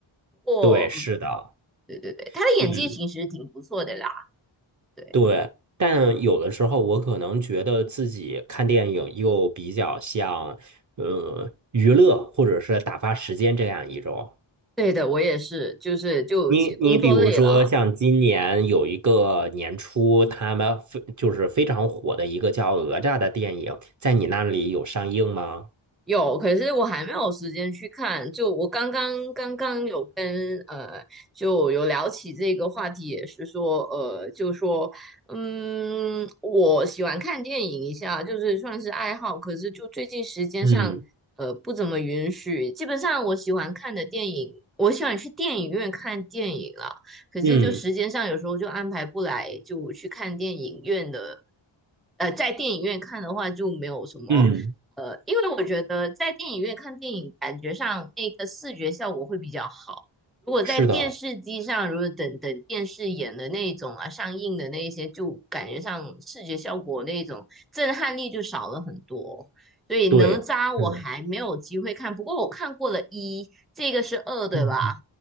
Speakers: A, in the centre; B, on the right.
A: 过，
B: 对，是的，
A: 嗯对对对，他的演技其实挺不错的啦。
B: 嗯。
A: 对，
B: 对，但有的时候我可能觉得自己看电影又比较像，呃，娱乐或者是打发时间这样一种。
A: 对的，我也是，就是就工作累了，
B: 你你比如说，像今年有一个年初，他们非就是非常火的一个叫《哪吒》的电影，在你那里有上映吗？
A: 有，可是我还没有时间去看。就我刚刚刚刚有跟呃，就有聊起这个话题，也是说呃，就说嗯，我喜欢看电影一下，就是算是爱好。可是就最近时间上呃不怎么允许。
B: 嗯
A: 基本上我喜欢看的电影，我喜欢去电影院看电影了。可是就时间上有时候就安排不来，
B: 嗯
A: 就去看电影院的。呃，在电影院看的话就没有什么。
B: 嗯，
A: 呃，因为我觉得在电影院看电影，感觉上那个视觉效果会比较好。如果在电视机上，
B: 是的，
A: 如果等等电视演的那一种啊，上映的那一些，就感觉上视觉效果那一种震撼力就少了很多。所以哪吒我还没有机会看，
B: 对，是，
A: 不过我看过了一，这个是二，对吧？
B: 嗯嗯，